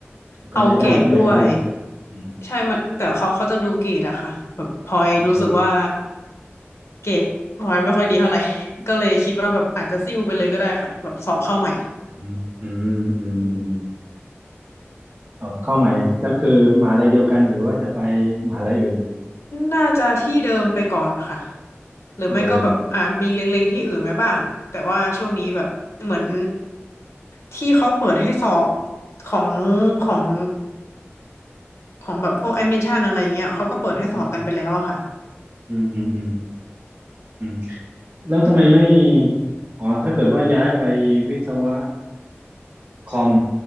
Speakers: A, on the right; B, on the left.
A: มันก็ย้ายได้เนอะในคณะเดียวกันอืม
B: เอาเกรดด้วยใช่มันแต่เขาเขาจะดูเกรดอะค่ะแบบพลอยรู้สึกว่า
A: อืม
B: เกรดพลอยไม่ค่อยดีเท่าไหร่ <laughs> ก็เลยคิดว่าแบบอาจจะซิ่วไปเลยก็ได้ค่ะแบบสอบเข้าใหม่
A: อืมอืมอืมอืมสอบเข้าใหม่ก็คือมหาลัยเดียวกันหรือว่าจะไปมหาลัยอื่น
B: น่าจะที่เดิมไปก่อนค่ะหรือไม่ก็แบบอ่ามีเล็งๆที่อื่นไว้บ้างแต่ว่าช่วงนี้แบบเหมือน
A: ที่เดิม
B: ที่เขาเปิดให้สอบของของของแบบพวกแอดมิชชั่นอะไรเงี้ยเขาก็เปิดให้สอบกันไปแล้วอะค่ะ
A: อืมอืมอืมอืมอืมอืมแล้วทำไมไม่อ๋อถ้าเกิดว่าย้ายไปวิศวะ คอม